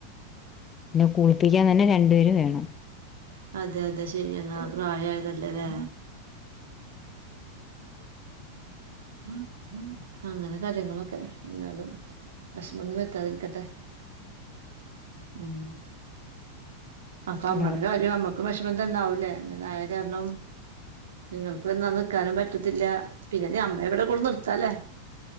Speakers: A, on the left (about 25°); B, on the right (about 60°).
A: പിന്നെ കുളിപ്പിക്കാൻ തന്നെ രണ്ടുപേര് വേണം
B: അതെ അതെ ശരിയ എന്നാ പ്രയായതല്ലലെ ഹ ഹ അങ്ങനെ കാര്യങ്ങളൊക്കെ എന്നാലും വെഷമൊന്നും വരുത്താതിരിക്കട്ടെ ഉം അപ്പൊ അമ്മടെ
A: എല്ലാവർക്കും
B: കാര്യം അമ്മക്കും വിഷമന്തന്നാവൂലേ അങ്ങനെ ആയെ കാരണം നിങ്ങൾക്ക് വന്ന് നിൽക്കാനും പറ്റത്തില്ല പിന്നെ നീ അമ്മയെ ഇവിടെ കൊട്ന്ന് നിർത്താലേ